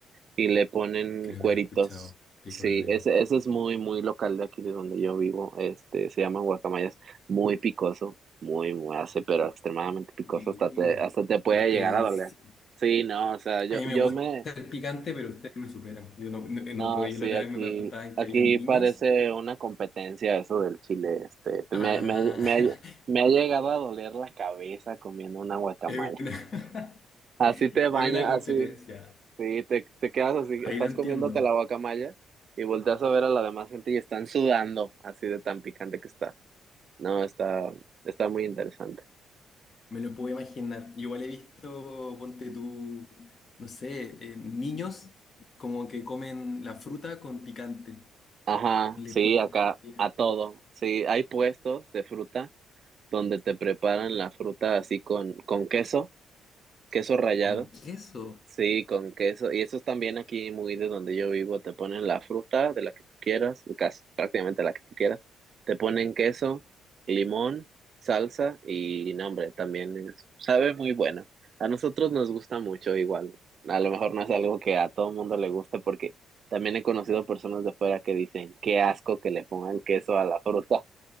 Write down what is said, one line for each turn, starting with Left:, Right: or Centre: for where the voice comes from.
Right: y le ponen
Left: Creo
Right: cueritos.
Left: que lo he escuchado. Pico
Right: Sí,
Left: de gallo.
Right: ese, ese es muy, muy local de aquí de donde yo vivo. Este, se llama guacamayas. Muy picoso, muy, muy hace, pero extremadamente picoso.
Left: Y
Right: Hasta te, hasta te puede
Left: ustedes,
Right: llegar a doler.
Left: sí.
Right: Sí, no, o sea, yo,
Left: A mí
Right: yo
Left: me gusta
Right: me,
Left: el picante, pero ustedes me superan. Yo no, no, no
Right: no,
Left: puedo. Yo
Right: sí,
Left: la otra
Right: aquí,
Left: vez me contaban
Right: aquí
Left: que habían niños.
Right: parece una competencia eso del chile. Este, te-
Left: Ah,
Right: me, me, me, ha- me ha llegado a doler la cabeza comiendo una
Left: <laughs>
Right: guacamaya.
Left: es una, <laughs>
Right: Así
Left: es
Right: te baño,
Left: una
Right: así.
Left: competencia.
Right: Sí, te, te quedas así,
Left: Ahí
Right: estás
Left: lo entiendo,
Right: comiéndote la guacamaya y volteas a ver a la demás gente y están sudando, así de tan picante que está. No, está, está muy interesante.
Left: me lo puedo imaginar. Yo igual he visto, ponte tú, no sé, eh, niños como que comen la fruta con picante.
Right: Ajá,
Left: Le
Right: sí,
Left: ponen
Right: acá
Left: también
Right: a todo. Sí, hay puestos de fruta donde te preparan la fruta así con, con queso, queso rallado.
Left: con queso.
Right: Sí, con queso. Y eso es también aquí muy de donde yo vivo. Te ponen la fruta de la que tú quieras, casi prácticamente la que tú quieras. Te ponen queso, limón, salsa y nombre también es- sabe muy bueno. A nosotros nos gusta mucho igual. A lo mejor no es algo que a todo mundo le guste porque también he conocido personas de fuera que dicen, qué asco que le pongan queso a la fruta.